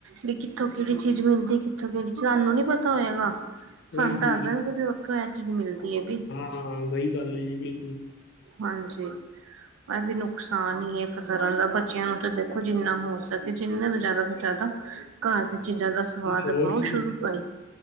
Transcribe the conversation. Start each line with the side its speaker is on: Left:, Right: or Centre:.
Right: ਬੀ ਕਿੱਥੋਂ ਕੇੜੀ ਚੀਜ਼ ਮਿਲਦੀ ਕਿੱਥੋਂ ਕੇੜੀ, ਸਾਨੂੰ ਨੀ ਪਤਾ ਹੋਏਗਾ।
Left: ਉਹੀ
Right: ਸਾਨ
Left: ਜੀ
Right: ਦੱਸ ਦੇਣਗੇ ਬੀ ਔਥੋਂ ਐ ਚੀਜ਼ ਮਿਲਦੀ ਏ ਬੀ।
Left: ਹਾਂ, ਸਹੀ ਗੱਲ ਏ ਜੀ ਬਿਲਕੁਲ।
Right: ਹਾਂਜੀ ਮ ਵੀ ਨੁਕਸਾਨ ਹੀ ਹੈ ਇੱਕ ਤਰ੍ਹਾਂ ਦਾ ਬੱਚਿਆਂ ਨੂੰ ਤਾਂ ਦੇਖੋ ਜਿੰਨਾ ਹੋ ਸਕੇ ਜਿੰਨਾਂ ਦਾ ਜ਼ਿਆਦਾ ਤੋਂ ਜ਼ਿਆਦਾ ਘਰ ਦੀ ਚੀਜ਼ਾਂ ਦਾ ਸਵਾਦ
Left: ਹੋਰ
Right: ਪਾਓ
Left: ਜੀ
Right: ਸ਼ੁਰੂ ਤੋਂ ਹੀ